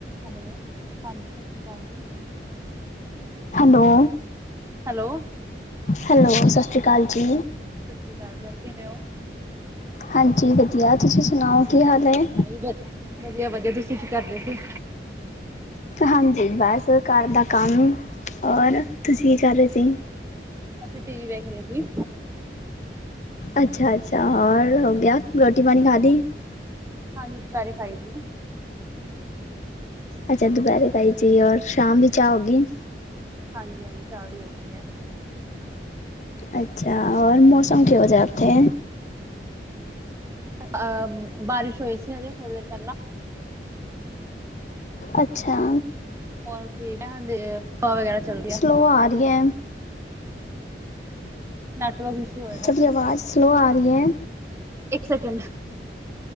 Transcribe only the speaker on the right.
Hello ਹਾਂਜੀ, ਸਤਿ ਸ੍ਰੀ ਅਕਾਲ ਜੀ।
ਹੈਲੋ, ਸਤਿ
ਸ਼੍ਰੀ ਅਕਾਲ। ਕਿਵੇ ਓ?
<inaudible> ਵਧੀਆ-ਵਧੀਆ ਤੁਸੀ ਕੀ ਕਰਦੇ ਸੀ?
ਅਸੀਂ ਟੀਵੀ ਵੇਖ ਰੇ ਸੀ।
ਹਾਂਜੀ, ਦੁਪੈਰੇ ਖਾਈ ਸੀ।
ਹਾਂਜੀ-ਹਾਂਜੀ, ਚਾਹ ਵੀ ਹੋ ਗਈ ਐ।
ਅ ਬਾਰਿਸ਼ ਹੋਈ ਸੀ ਅਜੇ ਥੋੜੀ ਦੇਰ ਪੈਲਾਂ।
ਹੋਣ ਠੀਕੈ, <unintelligible> ਵਗੈਰਾ ਚੱਲਦੀ ਆ।
Network issue. ਹੋਏਗਾ
ਫਿਰ।
ਇੱਕ ਸੈਕਿੰਡ